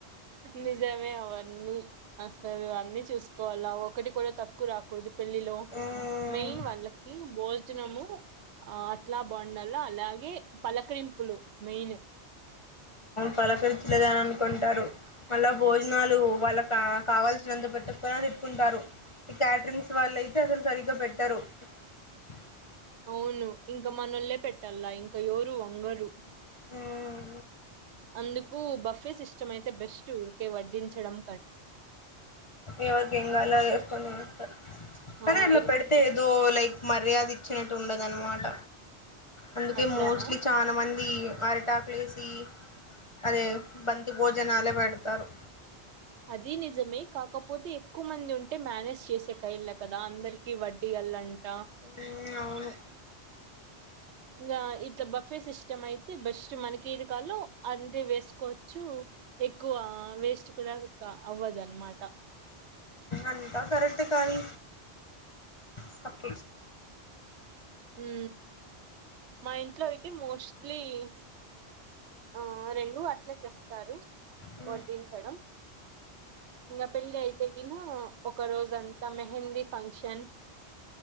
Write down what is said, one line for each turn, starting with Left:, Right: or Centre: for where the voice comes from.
Right: నిజమే అవన్నీ అసలువన్నీ చూసు కోవాల ఒకటి కూడా తక్కువ రాకూడదు పెళ్లిలో
Left: మ్మ్
Right: మెయిన్ వాళ్ళకి భోజ వచ్చినము ఆ అట్లా బాగుండాల అలాగే పలకరింపులు మెయిన్
Left: పలకరితులగాని అనుకుంటారు మళ్ళా భోజనాలు వాళ్ళ కా కావాల్సినంత పెట్టటుకుని తిట్టుకుంటారు ఈ క్యాటరింగ్స్ వాళ్ళు అయితే అసలు సరిగ్గా పెట్టరు స
Right: అవును ఇంకా మనలే పెట్టాల ఇంకా యో అంగరు
Left: మ్మ్
Right: అందుకు బఫే సిస్టమ్ అయితే బెస్ట్ ఊరికే వడ్డించ చేయడం
Left: ఎవరికి ఏం కావాలో వేసుకుంటారు కానీ
Right: ఆ
Left: అట్లా
Right: ఎక్
Left: పెడితే ఏదో లైక్ మర్యాద ఇచ్చినట్టు ఉండదు అదనమాట అందుకే
Right: అట్లానా
Left: మోస్ట్లీ చాలా మంది అరిటాకులు వేసి అదే బంతి భోజనాలే పెడతారు
Right: అది నిజమే కాకపోతే ఎక్కువ మంది ఉంటే మేనేజ్ చేసే కయల కదా అందరికి వడ్డీ అల్ళంట
Left: ఉమ్, అవును
Right: ఇంకా ఇట్లా బఫే సిస్టమ్ అయితే బస్ట్ మనకి ఏది కాలో అంతే వేసుకోవచ్చు ఎక్కువ వేస్ట్ కూడా అవ్వదన్నమాట
Left: అంత కరెట్ కానీ సప్ప
Right: ఉ మా ఇంట్లో అయితే మోస్ట్ ప్లీజ్ ఆ రెండు అట్లే చేస్తారు
Left: ఉమ్,
Right: వడ్డించడం ఇంకా పెళ్లిఅయితే కిన ఒక రోజ అంతా మెహందీ ఫంక్షన్